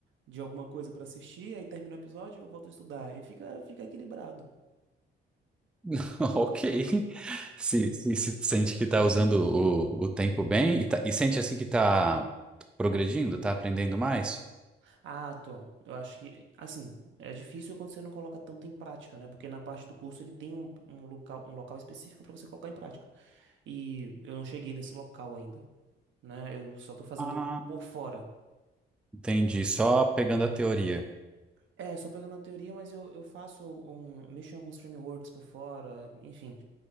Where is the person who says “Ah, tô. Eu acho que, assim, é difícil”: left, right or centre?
Right